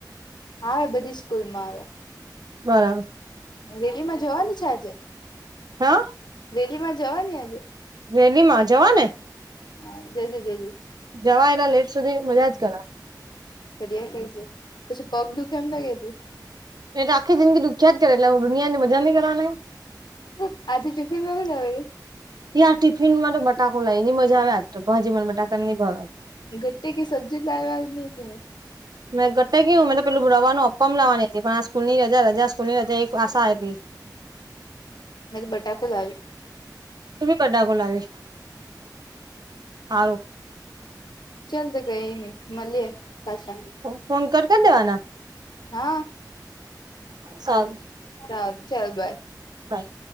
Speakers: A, on the left; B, on the right.
A: આવે બધી સ્કૂલમાં આવે
B: બરાબર
A: રેલીમાં જવાની છે. આજે
B: હા
A: રેલીમાં જવાની આજે
B: રેલીમાં જવા ને
A: હા જજે જજે
B: જવા એટલા લેટ સુધી મજા જ કરા
A: ફરીયા કરજે છે પછી પગ દુઃખે એમ નઈ કે તી
B: એતો આખી જિંદગી દુખ્યા જ કરે એટલે હું દુનિયાની મજા નહીં કરવાની.
A: હ આજજી ટિફિન પ જઉ
B: યાર ટિફિનમાં તો બટાકો લાવી ની મજા આવે આ જ તો ભાજી માં બટાકા ન ભાવ
A: ગટે કી સબ્જી લાવાની હતી ને
B: મેં ગટટે કયું મે તો પેલું ભુરાવાનું અપમ લવાની હતી પણ આ સ્કૂલ ની રજા રજા આ સ્કૂલની રજા એક આશા આપી
A: મેં તો બટાકુ લાવેલી.
B: બડા ગલા હાર <unintelligible>
A: ચાલ તો કઈ નઈ મળીએ પાછા.
B: ફોન કર કર દેવાના
A: હા
B: સારું
A: શારુ ચાલ બાય.
B: બાય